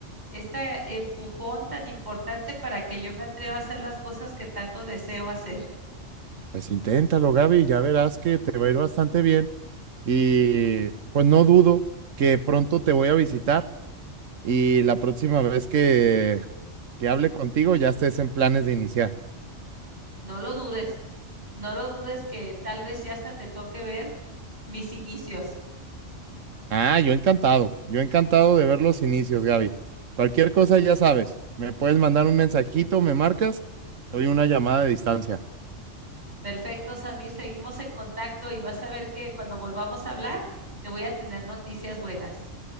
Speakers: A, on the right (about 35°); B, on the right (about 80°).
A: esta empujón tan importante para que yo me atreva a hacer las cosas que tanto deseo hacer.
B: Pues inténtalo, Gaby, ya verás que te va a ir bastante bien y pues no dudo que pronto te voy a visitar y la próxima vez que, que hable contigo ya estés en planes de iniciar.
A: No lo dudes, no lo dudes que tal vez ya hasta te toque ver mis inicios.
B: Ah, yo encantado, yo encantado de ver los inicios, Gaby. Cualquier cosa ya sabes, me puedes mandar un mensajito, me marcas, te doy una llamada de distancia.
A: Perfecto, Samir, seguimos en contacto y vas a ver que cuando volvamos a hablar te voy a tener noticias buenas.